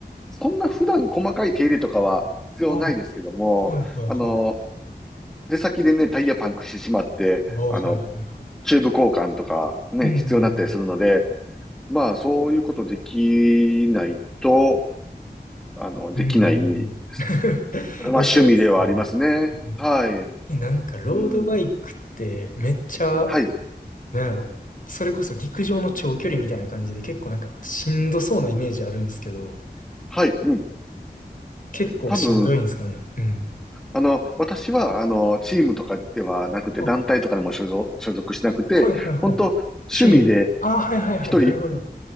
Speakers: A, in the centre; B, on the left (about 55°).
A: そんな普段細かい手入れとかは必要ないですけども、
B: うああ、う。はいはいはい。
A: あの、出先でね、タイヤパンクしてしまって、
B: ああ、
A: あの、
B: はいはいはい。
A: チューブ交換とかね、
B: うんうんうん。
A: 必要になったりするので、まあ、そういうことできないと、あの、できない
B: うんうんうん。<laughs>
A: まあ、趣味ではありますね。
B: いや、そうですよね。うん。
A: はい。
B: え、なんか、ロードバイクって、
A: うん。
B: めっちゃ、
A: はい。
B: なんやろ。それこそ陸上の長距離みたいな感じで、結構なんか、しんどそうなイメージあるんですけど、
A: はい。うん。
B: 結構しんどいんですかね。
A: 多分、
B: うん。
A: あの、私は、あの、チームとかではなくて、
B: あ、
A: 団体とかでも所属、
B: は
A: 所属しなくて、
B: いはいはい。
A: 本当趣味で、
B: 趣味で。あ、はいはいはい。
A: 一人、
B: なるほど。